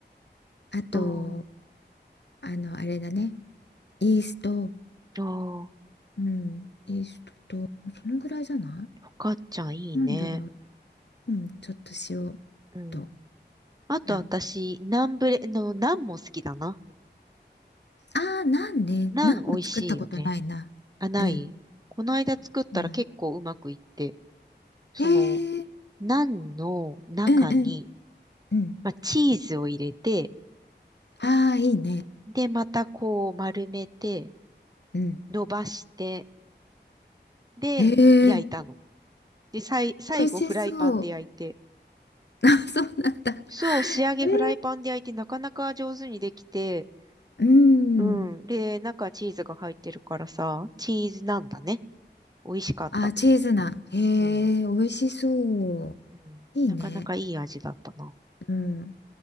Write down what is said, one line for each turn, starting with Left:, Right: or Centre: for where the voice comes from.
Left: あと、
Right: あー、
Left: あの、あれだね。イースト、
Right: あー、
Left: うん、イーストと、そのぐらいじゃない
Right: フォカッチャいいね。
Left: なんだろう。うん、ちょっと塩
Right: うん。
Left: と、
Right: あと私、
Left: なんか。
Right: ナンブレ、の、ナンも好きだな。
Left: ああ、ナンね。
Right: ナン美味しいよね。
Left: ナンは作ったことないな。
Right: あ、ないこの間作ったら結構うまくいって、
Left: うん、な
Right: その、
Left: い。へえ、
Right: ナンの中に、
Left: うんうん、うん。
Right: まあ、チーズを入れて、
Left: ああ、いいね。
Right: で、またこう丸めて、
Left: うん。
Right: 伸ばして、で、
Left: へえ、
Right: 焼いたの。で、さい、最後フライパンで焼いて。
Left: 美味しそう。<laughs> あ、そうなんだ。へ
Right: そう、仕上げフライパンで焼いてなかなか上手にできて、
Left: え、うん。
Right: うん。で、中チーズが入ってるからさ、チーズなんだね。美味しかった。
Left: あ、チーズナン。へ
Right: うん。
Left: え、美味しそ
Right: うん。
Left: う。いいね。
Right: なかなかいい味だったな。
Left: うん。